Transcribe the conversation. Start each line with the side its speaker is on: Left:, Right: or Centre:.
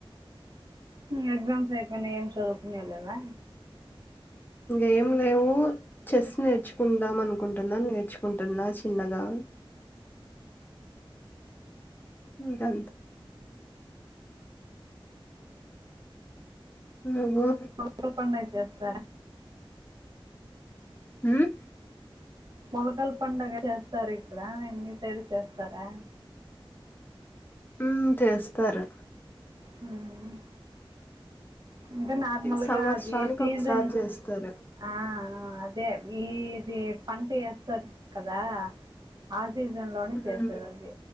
Right: నీ ఎగ్జామ్స్ అయిపోయినాయి ఏం చదువుకునేది లేదా
Left: ఏం లేవు చెస్ నేర్చుకుందాం అనుకుంటున్నా నేర్చుకుంటున్న చిన్నగా ఇంకా అంతే ఏమో
Right: ఊరు పని అయితే చేస్త
Left: హ్మ్
Right: మొలకల పండుగ చేస్తారు ఇక్కడ మీ సైడ్ చేస్తారా
Left: హూ చేస్తారు
Right: మ్ అంటే నార్మల్
Left: ఈ సంవత్సరానికి
Right: గా అది సీజన్
Left: ఒకసారి చేస్తారు
Right: ఆ ఆ అదే ఇది పంట ఎస్తారు కదా ఆ సీజన్ లోనే
Left: ఉమ్
Right: చేస్తారు అది